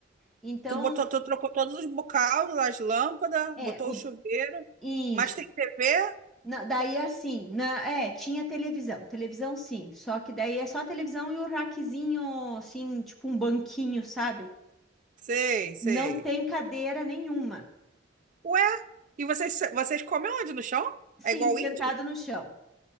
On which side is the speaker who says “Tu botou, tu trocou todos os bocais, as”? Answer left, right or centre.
Right